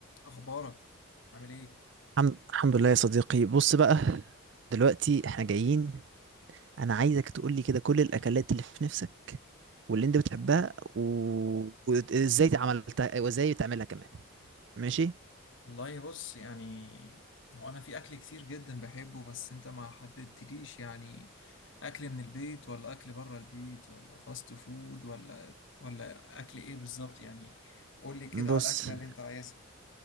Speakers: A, on the left (about 60°); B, on the right (about 55°).
A: اخبارك عامل ايه
B: الحم- الحمد لله يا صديقي بص بقى دلوقتي احنا جايين انا عايزك تقول لي كده كل الاكلات اللي في نفسك واللي انت بتحبها و... وازاي عملتها وازاي بتعملها كمان ماشي
A: والله بص يعني هو انا في اكل كتير جدا بحبه بس انت ما حددتليش يعني اكل من البيت ولا اكل بره البيت ولا فاست فود ولا ولا اكل ايه بالظبط يعني قول لي كده
B: بص
A: على الاكله اللي انت عايزها